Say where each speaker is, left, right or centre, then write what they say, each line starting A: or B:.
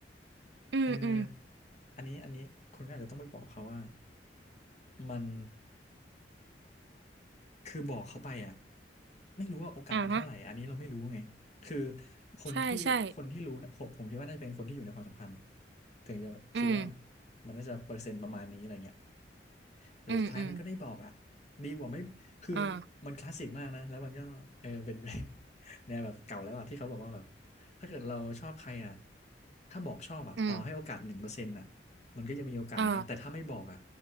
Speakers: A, on the right; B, on the left.
A: อืมอืม
B: เอออันนี้อันนี้คุณก็อาจจะต้องไปบอกเขาว่ามัน คือบอกเขาไปอ่ะไม่รู้ว่าโอกาสมันเท่าไหร่อันนี้เราไม่รู้ไงคือ
A: อ่าฮะ
B: คนที่คนที่รู้นะผมผมคิดว่าน่าจะเป็นคนที่อยู่ในความสัมพันธ์
A: ใช่ใช่
B: ถึงจะคิดว่า
A: อืม
B: มันน่าจะเปอร์เซ็นต์ประมาณนี้อะไรเงี้ยแต่สุดท้ายมันก็ได้บอกอ่ะ
A: อืมอืม
B: ดีกว่าไม่คือ
A: อ่า
B: มันคลาสสิกมากนะแล้วมันก็เออเป็น <laughs> เนี่ยแบบเก่าแล้วอ่ะที่เขาบอกว่าแบบถ้าเกิดเราชอบใครอ่ะถ้าบอกชอบอ่ะต่อให้โอกาสหนึ่งเปอร์เซ็นต์อ่ะ
A: อืม
B: มันก็ยังมีโอกาสนะแต่ถ้าไม่บอกอ่ะ
A: อ่า